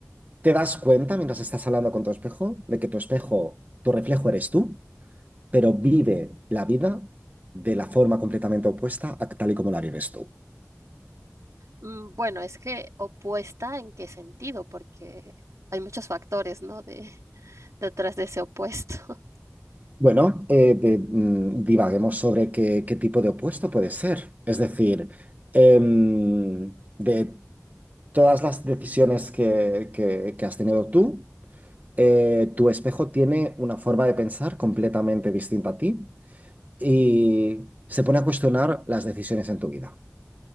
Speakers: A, on the right; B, on the right.
A: ¿te das cuenta mientras estás hablando con tu espejo de que tu espejo, tu reflejo eres tú, pero vive la vida de la forma completamente opuesta a tal y como la vives tú?
B: Mm, Bueno, es que opuesta en qué sentido, porque hay muchos factores, ¿no? De, detrás de ese opuesto. <laughs>
A: Bueno, eh, de- mm, divaguemos sobre qué, qué tipo de opuesto puede ser. Es decir, em, de todas las decisiones que, que que has tenido tú. eh, tu espejo tiene una forma de pensar completamente distinta a ti y se pone a cuestionar las decisiones en tu vida.